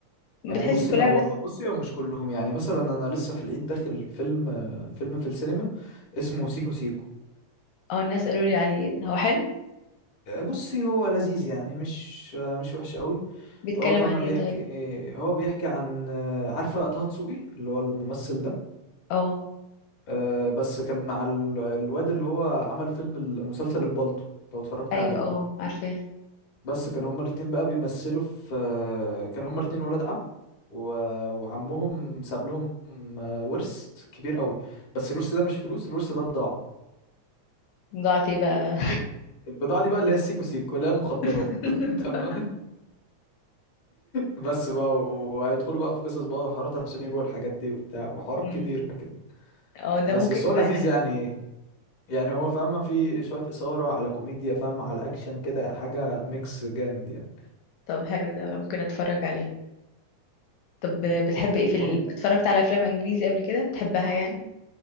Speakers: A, on the left (about 80°); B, on the left (about 55°).
A: بتحس
B: يعني بصي
A: كلها
B: لا هو
A: بس
B: بصي هم مش كلهم يعني مثلا انا لسه في العيد داخل فيلم آه، فيلم في السينما اسمه سيكو سيكو
A: اه الناس قالوا لي عليه هو حلو
B: آه، بصي هو لذيذ يعني مش آه، مش وحش قوي
A: بيتكلم
B: هو فما
A: عن ايه
B: بيحكي
A: طيب
B: آه، هو بيحكي عن آه، عارفة طه دسوقي اللي هو الممثل ده
A: اه
B: آه، بس كان مع ال- الواد اللي هو عمل فيلم المسلسل البالطو لو اتفرجت
A: ايوه
B: عليه
A: اه عارفاه
B: بس كان هما الاتنين بقى بيمثلوا في آه، كان هما الاتنين ولاد عم و... وعمهم ساب لهم آه، ورث كبير قوي بس الورث ده مش فلوس الورث ده بضاعة
A: ضاعت ايه بقى
B: البض... البضاعة دي بقى اللي هي السيكو سيكو اللي هي مخدرات
A: <laughs>
B: <laughs> تمام بس بقى وهيدخلوا بقى في قصص بقى وحوارات عشان يبيعوا الحاجات دي وبتاع وحوارات
A: مم.
B: كتيرة كده
A: اه ده
B: بس
A: ممكن
B: بس
A: يبقى
B: هو لذيذ
A: حلو
B: يعني يعني هو فاهمة في شوية إثارة على كوميديا فاهمة على أكشن كده حاجة ميكس جامد يعني
A: طب حلو ده ممكن اتفرج عليه طب بتحب ايه في
B: برضه
A: ال... اتفرجت على افلام انجليزي قبل كده بتحبها يعني